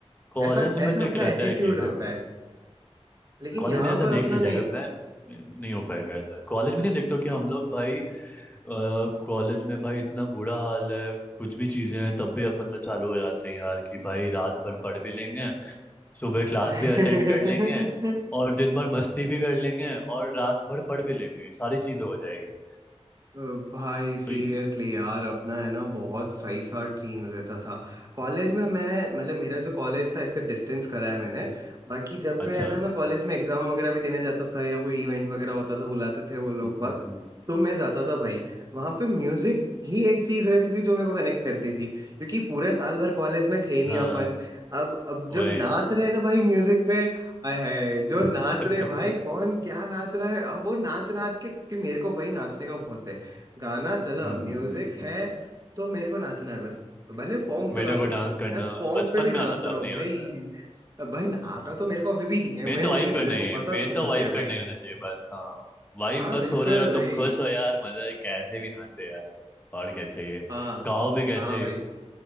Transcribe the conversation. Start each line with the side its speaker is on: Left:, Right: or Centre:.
Left: कॉलेज
Right: ऐसा
Left: में
Right: ऐसा
Left: तो
Right: अपना
Left: एक रहता
Right: एटीट्यूड
Left: है कि
Right: रहता
Left: हाँ
Right: है लेकिन
Left: कॉलेज
Right: यहाँ
Left: में रहता
Right: पर
Left: है देख
Right: अपना
Left: लिया जाएगा
Right: नहीं
Left: मैं नहीं हो पाएगा ऐसा कॉलेज में नहीं देखते हो कि हम लोग भाई कॉलेज में भाई इतना बुरा हाल है कुछ भी चीज़ें हैं तब भी अपन लोग चालू हो जाते हैं यार कि भाई रात भर पढ़ भी लेंगे सुबह क्लास
Right: <laughs>
Left: भी अटेंड कर लेंगे और दिन भर मस्ती भी कर लेंगे और रात भर पढ़ भी लेंगे सारी चीज़ हो जाएगी
Right: अ, भाई सीरियसली
Left: तो ये-
Right: यार अपना है ना बहुत सही सा सीन रहता था कॉलेज में मैं मतलब मेरा जो कॉलेज था ऐसे डिस्टेंस करा है मैंने बाकी जब
Left: अच्छा
Right: भी है ना मैं कॉलेज में एग्जाम वगैरह भी देने जाता था या कोई इवेंट वगैरह होता था बुलाते थे वो लोग
Left: हम्म
Right: बाग
Left: हम्म हम्म
Right: तो मैं जाता था भाई वहां पे म्यूजिक ही एक चीज रहती थी जो मेरे को कनेक्ट करती थी क्योंकि पूरे साल भर कॉलेज में थे नहीं
Left: हाँ
Right: अपन अब अब जब
Left: वही
Right: नाच रहे हैं ना भाई म्यूजिक पे हाय हाय जो नाच
Left: <laughs> हम्म
Right: रहे हैं भाई कौन क्या नाच रहा है अब वो नाच नाच के क्योंकि मेरे को भाई नाचने का बहुत है गाना चला
Left: हम्म
Right: म्यूजिक
Left: हम्म
Right: है तो मेरे को नाचना है बस भले फोंक चला
Left: मेरे को
Right: दो
Left: डांस करना
Right: मैं फोंक
Left: बचपन
Right: पे भी
Left: में
Right: नाच
Left: आता था
Right: रहा
Left: अब
Right: हूँ
Left: नहीं
Right: भाई
Left: आता है
Right: भाई ना- आता तो मेरे को अभी भी नहीं है
Left: मेन
Right: मैं
Left: तो
Right: लेकिन
Left: वाइब करना
Right: मेरे को
Left: ही है
Right: पसंद
Left: मेन तो
Right: बहुत
Left: वाइब
Right: है
Left: करना
Right: भाई
Left: ही होना चाहिए बस हाँ वाइब
Right: हाँ
Left: बस
Right: बिल्कुल
Left: हो रहे हो
Right: भाई
Left: तुम खुश हो यार मजा है, कैसे भी नाचो यार और क्या चाहिए
Right: हाँ
Left: गाओ भी कैसे
Right: हाँ भाई